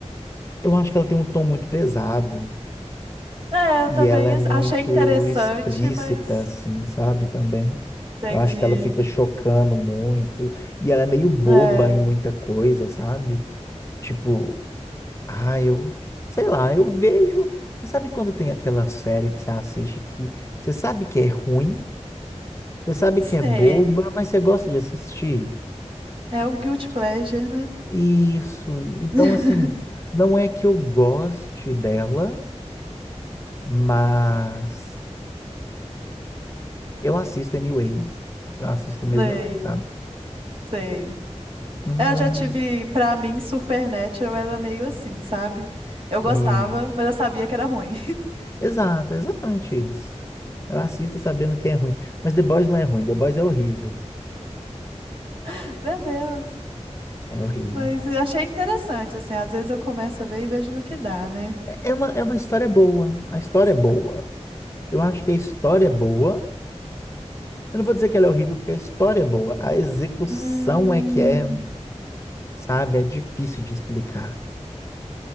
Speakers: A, on the left; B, on the right.
A: eu acho que ela tem um tom muito pesado
B: É, eu
A: e
B: também
A: ela é muito
B: achei interessante,
A: explícita
B: mas
A: assim, sabe, também.
B: entendi.
A: Eu acho que ela fica chocando muito e ela é meio boba
B: É,
A: em muita coisa, sabe? Tipo, Ah, eu, sei lá, eu vejo. Você sabe quando tem aquela série que você assiste que você sabe que é ruim, você sabe
B: sei.
A: que é boba, mas você gosta de assistir?
B: É o guilty pleasure, né?
A: Isso. Então,
B: <laughs>
A: assim, não é que eu goste dela, mas eu assisto anyway. Eu assisto
B: Sei,
A: mesmo assim, sabe?
B: sei.
A: Hum,
B: É, Eu
A: eu
B: já
A: não-
B: tive, pra mim, Supernatural era meio assim, sabe? Eu
A: Isso.
B: gostava, mas eu sabia que era ruim.
A: Exato, é exatamente isso. Eu assisto sabendo que é ruim. Mas The Boys não é ruim, The Boys é horrível.
B: <laughs> Meu Deus.
A: É horrível.
B: Mas eu achei interessante, assim, às vezes eu começo a ver e vejo no que dá, né?
A: É é uma, é uma
B: Não
A: história
B: sei,
A: boa.
B: eu vou
A: A história
B: gostar.
A: é boa. Eu acho que a história é boa. Eu não vou dizer que ela é horrível, porque a história é boa. A execução
B: Hum,
A: é que é, sabe, é difícil de explicar.